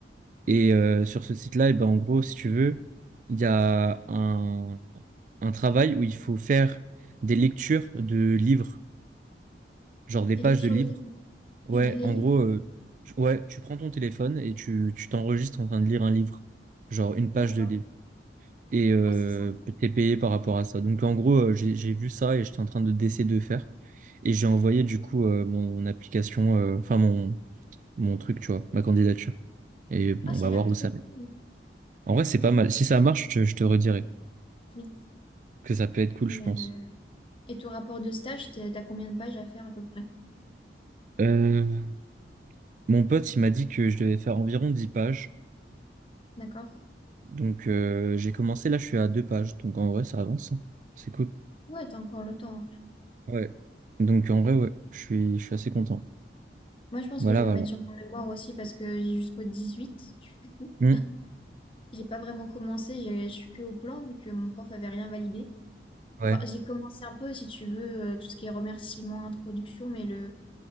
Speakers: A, on the right (about 45°); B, on the left (about 30°).
A: Et euh, sur ce site-là, eh ben, en gros, si tu veux, il y a un, un travail où il faut faire des lectures de livres, genre des
B: Des
A: pages
B: lectures
A: de livres.
B: de livres.
A: Ouais,
B: Tu lis les
A: en
B: livres?
A: gros, euh, tu- ouais, tu prends ton téléphone et tu tu t'enregistres en train de lire un livre, genre une page
B: D'accord.
A: de livre. et euh,
B: Ah, c'est sympa.
A: t'es payé par rapport à ça. Donc en gros, euh, j'ai j'ai vu ça et j'étais en train de d'essayer de le faire et j'ai envoyé du coup euh, mon application, euh, enfin mon mon truc, tu vois, ma candidature. Et bon,
B: Ah, ça
A: on va
B: a
A: voir
B: l'air trop
A: où ça mène.
B: cool.
A: En vrai, c'est
B: Ok.
A: pas mal. Si ça marche, je, te je te redirai
B: Oui.
A: que ça peut être cool,
B: Et,
A: je pense.
B: euh, et ton rapport de stage, t'es- t'as combien de pages à faire à peu près?
A: Euh, mon pote, il m'a dit que je devais faire environ 10 pages.
B: D'accord?
A: Donc euh, j'ai commencé là, je suis à 2 pages. Donc en vrai, ça avance. hein. C'est cool.
B: Ouais, t'as encore le temps.
A: Ouais. Donc en vrai, ouais, je suis je suis assez content.
B: Moi, je pense
A: Voilà,
B: que je vais
A: voilà.
B: me mettre sur mon mémoire aussi parce que j'ai jusqu'au 18 du coup.
A: Hmm.
B: J'ai pas vraiment commencé, j'ai- je suis que au plan vu que mon prof avait rien validé.
A: Ouais.
B: Enfin, j'ai commencé un peu, si tu veux, euh, tout ce qui est remerciements, introduction, mais le,